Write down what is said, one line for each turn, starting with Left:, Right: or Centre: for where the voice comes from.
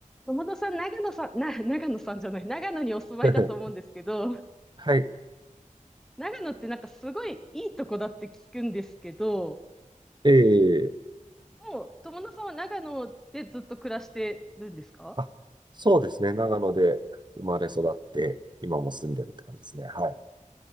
Centre: 友野さん、長野さん、<laughs> な、長野さんじゃない、長野にお住まいだと思うんですけど、
Right: <laughs> はい。
Centre: 長野ってなんかすごいいいとこだって聞くんですけど、
Right: ええ
Centre: もう友野さんは長野でずっと暮らしてるんですか
Right: あ、そうですね。長野で生まれ育って、今も住んでるって感じですね。はい。